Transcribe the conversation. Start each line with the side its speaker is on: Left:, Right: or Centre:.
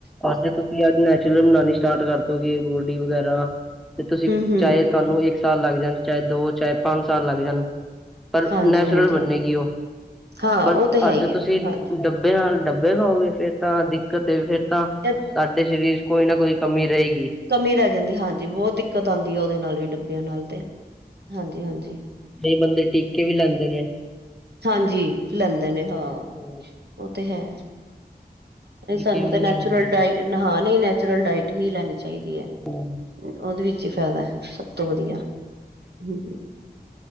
Centre: ਬਸ ਜੇ ਤੁਸੀਂ ਅੱਜ ਨੈਚੁਰਲ ਬਣਾਣੀ ਸਟਾਰਟ ਕਰਦੋ ਗੇ, ਬੋਡੀ ਵਗੈਰਾ ਤੇ ਤੁਸੀਂ
Right: ਹਮ ਹਮ
Centre: ਚਾਹੇ ਤੁਹਾਨੂੰ ਇੱਕ ਸਾਲ ਲੱਗ ਜਾਣ, ਚਾਹੇ ਦੋ, ਚਾਹੇ ਪੰਜ, ਸਾਲ ਲੱਗ ਜਾਣ। ਪਰ
Right: ਹਾਂਜੀ
Centre: ਨੈਚੁਰਲ
Right: ਹਾਂਜੀ
Centre: ਬੰਨੇਗੀ ਉਹ,
Right: ਹਾਂ
Centre: ਪਰ
Right: ਉਹ ਤੇ ਹੈ
Centre: ਅਰ
Right: ਹੀ
Centre: ਜੇ
Right: ਹੈ
Centre: ਤੁਸੀਂ
Right: ਹਾਂਜੀ
Centre: ਡਕ ਉਹਦੇ ਨਾਲ ਡੱਬੇ ਖਾਉਗੇ, ਫੇਰ ਤਾਂ ਦਿੱਕਤ ਫੇਰ ਤਾਂ
Right: ਇਹ
Centre: ਸਾਡ੍ਹੇ ਸਰੀਰ 'ਚ ਕੋਈ ਨਾ ਕੋਈ ਕਮੀ ਰਹੇਗੀ।
Right: ਕਮੀ ਰਹਿ ਜਾਂਦੀ ਹਾਂਜੀ ਬਹੁਤ ਦਿੱਕਤ ਆਉਂਦੀ ਆ, ਉਹਦੇ ਨਾਲ ਵੀ ਡੱਬਿਆਂ ਨਾਲ ਤੇ ਹਾਂਜੀ-ਹਾਂਜੀ।
Centre: ਕ‌ਈ ਬੰਦੇ ਟੀਕੇ ਵੀ ਲਾਂਦੇ ਨੇ।
Right: ਹਾਂਜੀ, ਲੰਦੇਂ ਹਾਂ।
Centre: ਹੂੰ।
Right: ਉਹ ਤੇ ਹੈ, ਨਹੀਂ
Centre: ਟੀਕੇ
Right: ਸਾਨੂੰ
Centre: ਵੀ
Right: ਤੇ ਨੈਚੁਰਲ
Centre: ਲੈਣੇ ਚਾਹੀਦੇ।
Right: ਡਾਇ ਹਾਂ, ਨਹੀਂ ਨੈਚੁਰਲ ਡਾਇਟ ਹੀ ਲੈਣੀ ਚਾਹੀਦੀ ਐ।
Centre: ਹਮ।
Right: ਉਹਦੇ ਵਿੱਚ ਈ ਫਾਇਦਾ ਐ, ਸਭ ਤੋਂ ਵਧੀਆ ਹੂੰ।